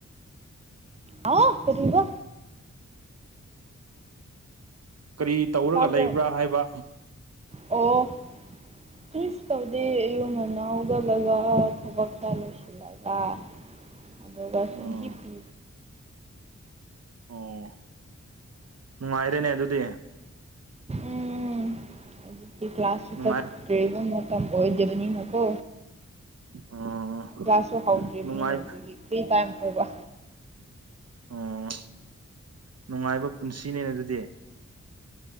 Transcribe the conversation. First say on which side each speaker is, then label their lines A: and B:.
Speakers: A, on the right; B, on the right.
A: ꯑꯥꯎ ꯀꯔꯤꯑꯕ
B: ꯀꯔꯤ ꯇꯧꯔꯒ
A: ꯇꯥꯕ꯭ꯔꯣ
B: ꯂꯩꯕ꯭ꯔꯥ ꯍꯥꯏꯕ
A: ꯑꯣ ꯀꯔꯤꯁꯨ ꯇꯧꯗꯦ ꯑꯌꯨꯛ ꯉꯟꯅ ꯍꯧꯒꯠꯂꯒ ꯑ ꯊꯕꯛ ꯈꯔꯥ ꯂꯣꯢꯁꯤ ꯂꯒ ꯑꯗꯨꯒ
B: ꯎꯝ
A: ꯁꯨꯝ ꯍꯤꯞꯄꯤ
B: ꯑꯣ ꯅꯨꯡꯉꯥꯏꯔꯦꯅꯦ ꯑꯗꯨꯗꯤ
A: ꯎꯝ ꯍꯧꯖꯤꯛꯇꯤ ꯀ꯭ꯂꯥꯁꯁꯨ
B: ꯅꯨꯡꯉꯥꯏ
A: ꯆꯠꯇ꯭ꯔꯤꯕ ꯃꯇꯝ ꯑꯣꯏꯗꯕꯅꯤꯅꯥꯀꯣ
B: ꯑꯣ
A: ꯀ꯭ꯂꯥꯁꯨ ꯍꯥꯎꯗ꯭ꯔꯤꯕꯅꯤꯅꯥ
B: ꯅꯨꯡꯉꯥꯏ
A: ꯑꯗꯨꯒꯤ ꯐꯔꯤ ꯇꯥꯏꯝ ꯑꯣꯏꯕ
B: ꯎꯝ ꯅꯨꯡꯉꯥꯏꯕ ꯄꯨꯟꯁꯤꯅꯦ ꯑꯗꯨꯗꯤ